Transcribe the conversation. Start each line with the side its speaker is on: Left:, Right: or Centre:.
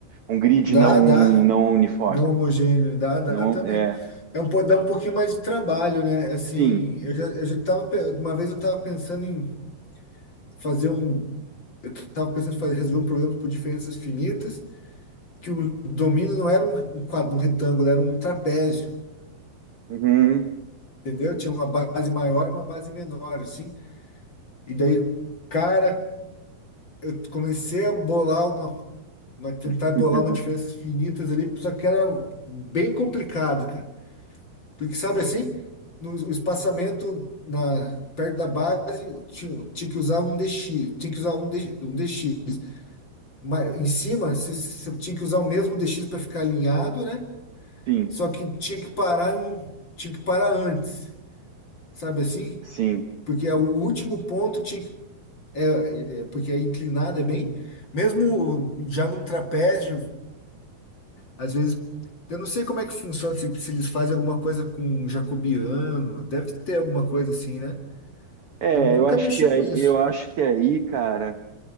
Right: Um grid
Left: Dá,
Right: não,
Left: dá.
Right: não uniforme.
Left: Não homogêneo, dá, dá
Right: Não,
Left: também.
Right: é.
Left: É um, po- dá um pouquinho mais de trabalho, né? Assim,
Right: Sim.
Left: eu já, eu já tava, pe- uma vez eu estava pensando em fazer um, tava pensando em fazer, resolver um problema por diferenças finitas, que o domínio não era um, um quadro, um retângulo, era um trapézio,
Right: Uhum.
Left: entendeu? Tinha uma base maior e uma base menor, assim. E daí, cara, eu comecei a bolar uma, uma tentar
Right: <laughs>
Left: bolar uma diferenças finitas ali, só que era bem complicado, cara. Porque sabe assim, no o espaçamento na perto da base, eu tinha, tinha que usar um DX, tinha que usar um, D, um DX. Mas em cima, você você tinha que usar o mesmo DX para ficar alinhado, né?
Right: Sim,
Left: Só que tinha que parar, um- tinha que parar antes, sabe assim?
Right: sim.
Left: Porque é o último ponto tinha que, é, é- é- porque é inclinado, é bem, mesmo já num trapézio, às vezes eu não sei como é que funciona, se, se eles fazem alguma coisa com um jacobiano, deve ter alguma coisa assim, né?
Right: É,
Left: Eu nunca
Right: eu acho
Left: mexi
Right: que aí,
Left: com isso.
Right: eu acho que aí, cara,